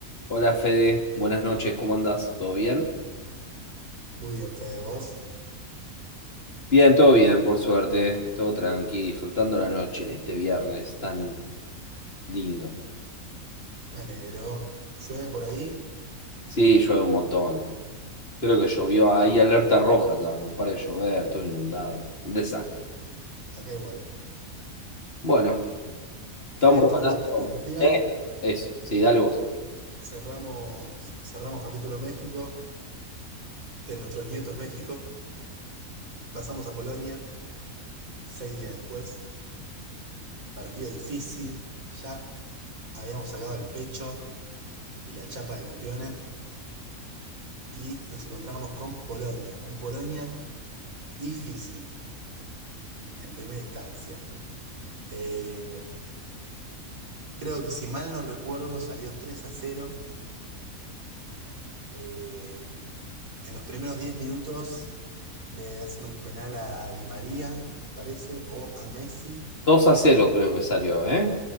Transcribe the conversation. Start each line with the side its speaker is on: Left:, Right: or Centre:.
Left: Hola Fede, buenas noches, ¿cómo andás? ¿Todo bien?
Right: Muy bien, Fede, vos.
Left: Bien, todo bien, por suerte, todo tranqui, disfrutando la noche este viernes tan lindo.
Right: Me alegro. Llueve por ahí,
Left: Sí, llueve un montón. Creo que llovió, hay alerta roja acá, no para de llover, todo inundado. Un desastre.
Right: acá igual.
Left: Bueno, estamos
Right: Fede, estamos
Left: hablando.
Right: en el Mundial.
Left: Eh, Eso, sí, dale vos.
Right: Cerramos, cerramos capítulo México, de nuestros nietos México. Pasamos a Polonia, seis días después. Partido difícil, ya habíamos sacado el pecho y la chapa de campeones. Y nos encontramos con Polonia, un Polonia difícil en primera instancia. Eh, creo que si mal no recuerdo salió tres a cero eh, En los primeros 10 minutos le hacen un penal a Di María, me parece, o a Messi.
Left: Dos a cero creo que salió, ¿eh?